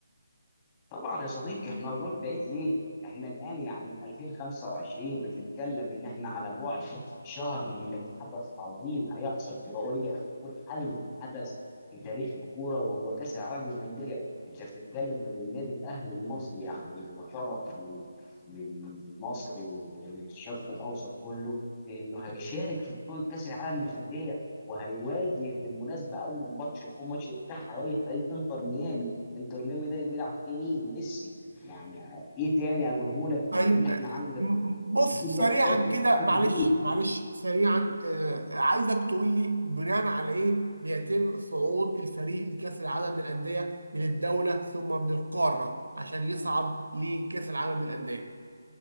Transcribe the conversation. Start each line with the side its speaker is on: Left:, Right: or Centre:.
Left: طبعا يا صديقي احنا هنروح بعيد ليه؟ احنا الان يعني في 2025 بتتكلم ان احنا على بعد شهر من حدث عظيم هيحصل كرويا هيكون ألم حدث في تاريخ الكوره وهو كاس العالم للانديه، انت بتتكلم ان النادي الاهلي المصري يعني وشرف ل- لمصر وللشرق الاوسط كله في انه هيشارك في بطوله كاس العالم للانديه وهيواجه بالمناسبه اول ماتش هيكون ماتش افتتاح هيواجه فريق انتر ميامي. انتر ميامي ده اللي بيلعب فيه مين؟ ميسي يعني ايه تاني اقولهولك
Right: طيب
Left: ان احنا
Right: آه،
Left: عندنا
Right: م-
Left: في
Right: بص
Left: تقدر
Right: سريعا
Left: تتكلم
Right: كده
Left: في العالمية.
Right: معلش معلش سريعا آه، عايزك تقول لي بناء على ايه بيتم صعود الفريق لكأس العالم للأندية من الدولة ثم من القارة عشان يصعد لكأس العالم للأندية